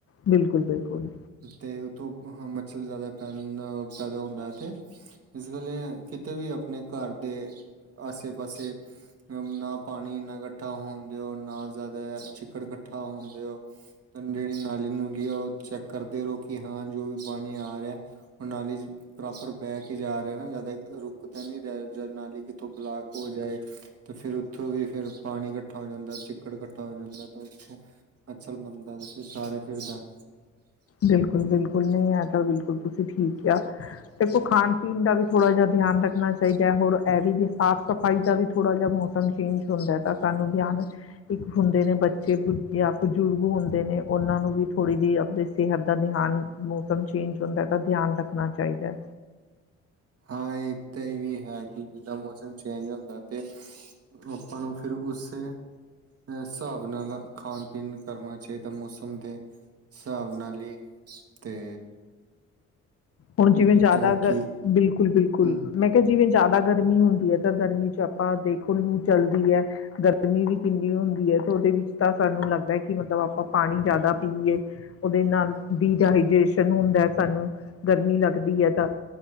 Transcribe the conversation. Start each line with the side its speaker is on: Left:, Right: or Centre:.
Left: ਬਿਲਕੁਲ ਬਿਲਕੁਲ।
Right: ਤੇ ਉੱਥੋਂ ਮੱਛਰ ਜਾਦਾ ਪੈ ਪੈਦਾ ਹੁੰਦਾ ਤੇ ਇਸ ਗੱਲ ਇਹ ਕਿ ਆਪਣੇ ਘਰ ਦੇ ਆਸੇ ਪਾਸੇ ਅ ਨਾ ਪਾਣੀ ਇਨਾ ਇਕੱਠਾ ਹੋਣ ਦਿਓ ਨਾ ਜ਼ਿਆਦਾ ਚਿੱਕੜ ਇਕੱਠਾ ਹੋਣ ਦਿਓ। ਜਿਹੜੀ ਨਾਲੀ ਨੂੰਲੀ ਆ ਉਹ ਚੈੱਕ ਕਰਦੇ ਰਹੋ ਕਿ ਹਾਂ ਜੋ ਵੀ ਪਾਣੀ ਆ ਰਿਹਾ। ਨਾਲੀ ਪ੍ਰੋਪਰ ਬਹਿ ਕੇ ਜਾ ਰਿਹਾ ਨਾ, ਜਿਆਦਾ ਰੁਕ ਤਾਂ ਨੀ ਰਹਿ ਜਰਨਾਲੀ ਤੋਂ ਬਲਾਕ ਹੋ ਜਾਏ ਤੇ ਫਿਰ ਉੱਥੋਂ ਦੀ ਫਿਰ ਪਾਣੀ ਇਕੱਠਾ ਹੋ ਜਾਂਦਾ, ਚਿੱਕੜ ਇਕੱਠਾ ਹੋ ਜਾਂਦਾ ਤਾਂ ਉਥੇ ਅਕਸਰ ਬੰਦਾ ਤਾਂ ਫਿਰ ਸਾਰੇ ਫਿਰਦਾ
Left: ਬਿਲਕੁਲ-ਬਿਲਕੁਲ, ਨਈ ਐ ਤਾਂ ਬਿਲਕੁਲ ਤੁਸੀਂ ਠੀਕ ਕਿਆ ਦੇਖੋ ਖਾਨ ਪੀਨ ਦਾ ਵੀ ਥੋੜ੍ਹਾ ਜਿਹਾ ਧਿਆਨ ਰੱਖਣਾ ਚਾਈਦਾ ਹੋਰ ਇਹ ਵੀ ਸਾਫ਼-ਸਫ਼ਾਈ ਦਾ ਵੀ ਥੋੜ੍ਹਾ ਜਿਹਾ ਮ ਮੌਸਮ ਚੇਂਜ ਹੁੰਦਾ ਤਾਂ ਸਾਨੂੰ ਧਿਆਨ ਇੱਕ ਹੁੰਦੇ ਨੇ ਬੱਚੇ ਯਾ ਬਜ਼ੁਰਗ ਹੁੰਦੇ ਨੇ ਓਨਾਂ ਨੂੰ ਵੀ ਥੋੜ੍ਹੀ ਜੀ ਅਪਨੀ ਸਿਹਤ ਦਾ ਧਿਆਨ, ਮੌਸਮ ਚੇਂਜ ਹੁੰਦਾ ਤਾਂ ਧਿਆਨ ਰੱਖਣਾ ਚਾਈਦਾ।
Right: ਹਾਂ ਇਹ ਤਾਂ ਵੀ ਹੈ ਕਿ ਜਿੱਦਾਂ ਮੌਸਮ ਚੇਂਜ ਹੁੰਦਾ ਤੇ ਆਪਾਂ ਨੂੰ ਫਿਰ ਉਸ ਹਿਸਾਬ ਨਾਲ ਖਾਨ-ਪੀਨ ਕਰਨਾ ਚਾਈਦਾ ਮੌਸਮ ਦੇ। ਸਾਵ ਨਾਲੀ ਤੇ
Left: ਹੁਣ ਜਿਵੇਂ
Right: ਦੂਜਾ
Left: ਜਾਦਾ ਅਗਰ
Right: ਕਿ
Left: ਬਿਲਕੁਲ-ਬਿਲਕੁਲ
Right: ਹਮ
Left: ਮੈਂ ਤੇ ਜਿਵੇਂ ਜਿਆਦਾ ਗਰਮੀ ਹੁੰਦੀ ਐ ਤਾਂ ਗਰਮੀ 'ਚ ਆਪਾਂ ਦੇਖੋ ਲੂ ਚਲਦੀ ਐ। ਗਰਮੀ ਵੀ ਕਿੰਨੀ ਹੁੰਦੀ ਐ ਤੇ ਓਦੇ ਵਿੱਚ ਤਾਂ ਸਾਨੂੰ ਲੱਗਦਾ ਕਿ ਮਤਲਬ ਆਪਾਂ ਪਾਣੀ ਜਾਦਾ ਪੀਏ। ਓਦੇ ਨਾਲ ਦੀਜਹਾਜੇਸ਼ਨ ਹੁੰਦਾ ਸਾਨੂੰ, ਗਰਮੀ ਲੱਗਦੀ ਐ ਤਾ।